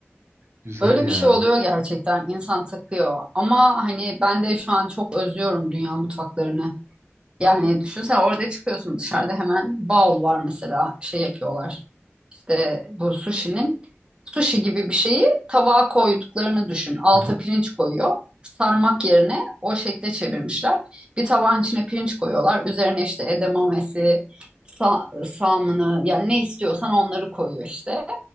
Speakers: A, on the right (about 70°); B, on the right (about 20°).
A: Güzel
B: Öyle
A: Hmm.
B: bir
A: ya.
B: şey oluyor gerçekten. İnsan takıyor. Ama hani ben de şu an çok özlüyorum dünya mutfaklarını. Yani düşünsene orada çıkıyorsun dışarıda hemen bal var mesela şey yapıyorlar. de bu sushi'nin sushi gibi bir şeyi tabağa koyduklarını düşün. Alta
A: Aha.
B: pirinç koyuyor. Sarmak yerine o şekle çevirmişler. Bir tabağın içine pirinç koyuyorlar. Üzerine işte edamamesi, sa- salmını yani ne istiyorsan onları koyuyor işte.